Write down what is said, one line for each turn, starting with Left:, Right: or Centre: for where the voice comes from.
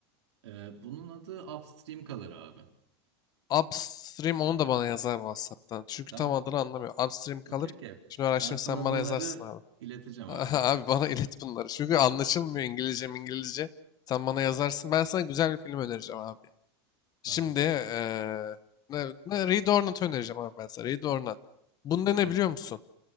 Right: E, bunun adı Upstream kalır abi.
Left: Upstream onu da bana yazar WhatsApp'tan. Çünkü
Right: Tamam.
Left: tam adını anlamıyor. Upstream kalır.
Right: Okey okey.
Left: Şimdi araştırma
Right: Ben sana
Left: sen bana
Right: bunları
Left: yazarsın abi.
Right: ileteceğim
Left: <laughs>
Right: abi.
Left: Abi bana ilet bunları. Çünkü anlaşılmıyor İngilizce İngilizce. Sen bana yazarsın. Ben sana güzel bir film önereceğim abi. Şimdi
Right: Tamam.
Left: eee ne, ne, Reed Ornat'ı önereceğim abi ben sana. Reed Ornat. Bunda ne
Right: Hı hı.
Left: biliyor musun?